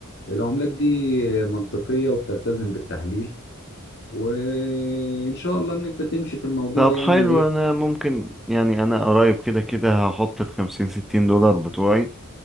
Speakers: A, on the left; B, in the centre.
A: العملات دي منطقية وبتلتزم بالتحليل وان شاء الله ان انت تمشي في الموضوع
B: طب
A: يعني
B: حلو
A: وايه
B: أنا ممكن يعني أنا قريب كده كده هحط الخمسين ستين دولار بتوعي